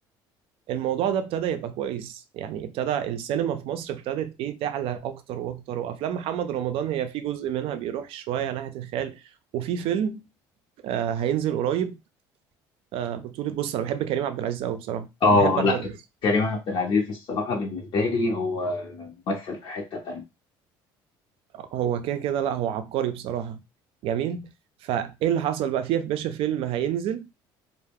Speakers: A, on the right; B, on the left.
A: الموضوع ده ابتدى يبقى كويس يعني ابتدى السينما في مصر ابتدت ايه تعلى اكتر واكتر وافلام محمد رمضان هي في جزء منها بيروح شويه ناحيه الخيال وفي فيلم آه هينزل قريب آه بطولة بص انا بحب كريم عبد العزيز قوي بصراحه
B: اه
A: وبحب احمد
B: لا
A: عز
B: كريم عبد العزيز الصراحة بالنسبة لي هو ممثل في حتة تانية
A: هو كده كده لا هو عبقري بصراحه جميل فايه اللي حصل بقى فيه يا باشا فيلم هينزل